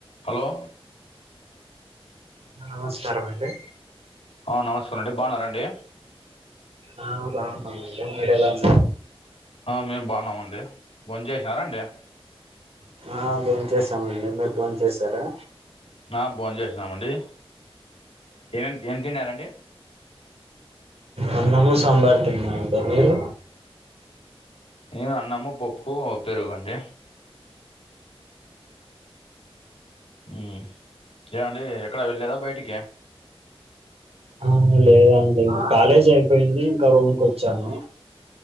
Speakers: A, on the left; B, on the right.
A: Hello
B: నమస్కారమండి
A: ఆ నమస్కారం అండి బాన్నారాఅండి
B: ఆ బావున్నామండి మీరెలా ఉన్నార్
A: ఆ మేము బావున్నామండి బొంచేసారాఅండి
B: ఆ బోంచేసామండి మీరు బోంచేసారా
A: ఆ బోం చేసినామండి ఏమ్ఏం తిన్నారండి
B: అన్నము సాంబార్ తిన్నా మండి అంటే మీరు
A: నేను అన్నము పప్పు పెరుగండి మ్ ఏమండి ఎక్కడ వెళ్ళలేదా బయటికి
B: అ లేదండి కాలేజ్ అయిపోయింది ఇంకా రూమ్కి వచ్చాను